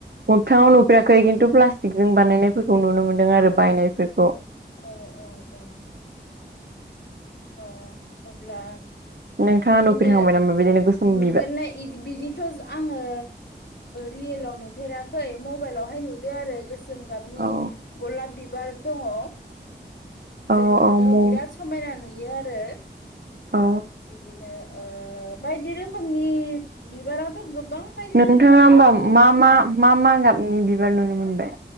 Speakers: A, on the right; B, on the left.
A: मोगथाङाव नुफेराखै खिन्थु प्लास्टिक जों बानायनायफोरखौ नुनो मोन्दों आरो बायनायफोरखौ।
B: औ औ औ औ अब्ला
A: नोंथाङा
B: बिदिनो
A: नुफेरखांबाय नामा बिदिनो गोसोम
B: नुफेरनाय
A: बिबार
B: इदि बिदिथ' आङो रियेलाव नुफेराखै मबाइलावहाय नुदो आरो गोसो गोसोम गाबनि
A: औ
B: गलाब बिबार दङ।
A: औ
B: जे नुनायाव
A: औ मु
B: बिराद समायना नुयो आरो।
A: अ।
B: बिदिनो ओ बायदि रोखोमनि बिबाराथ' गोबां बायदि
A: नोंथाङा
B: रोखोमनि
A: होमबा
B: दङ
A: मा मा मा मा गाबनि बिबार नुनो मोनबाय?